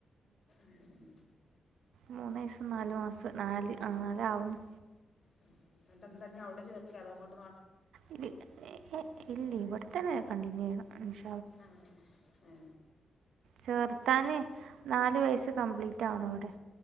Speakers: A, on the left; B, on the right.
A: ഉം ഉം.
B: മൂന്ന് വയസും നാലു മാസം നാല് നാലാവുന്നു.
A: ഉ എന്നിട്ടെന്താ ഇനി അവിടെ ചേർക്കയാണോ അങ്ങോ-
B: ഇല്ലില്ല ഇല്ല ഇവിടെത്തന്നെ കണ്ടിന്യൂ ചെയ്യണം അനിഷ
A: ആ ആ
B: ചേർത്താനെ നാലു വയസ്സ് കംപ്ലീറ്റ് ആവണം ഇവിടെ